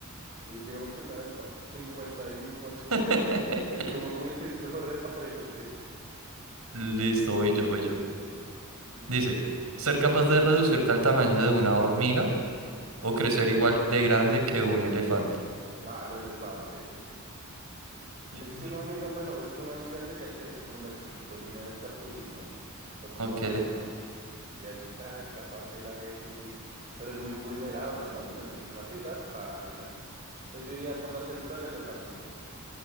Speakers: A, on the right; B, on the right.
A: Y digamos que la del fauno, cincuenta y uno por ciento
B: <laughs>
A: Estuvo muy, <laughs> estuvo reparejo, sí.
B: Listo, voy yo, voy yo.
A: Ujú.
B: Dice, ser capaz de reducirte al tamaño de una hormiga o crecer igual de grande que un elefante.
A: Ah, el elefante.
B: Sí,
A: Es
B: sí,
A: que
B: sí.
A: una hormiga, bueno, es que una hormiga sería chévere, como la chiquitolina del Chapulín, ¿no? O como
B: Ok,
A: Ant-Man. Y así, ta, escaparse la gente, tin. Pero es muy vulnerable, ¿no? Donde lo lleguen a pisar, paila. Entonces yo iría por la segura el elefantico.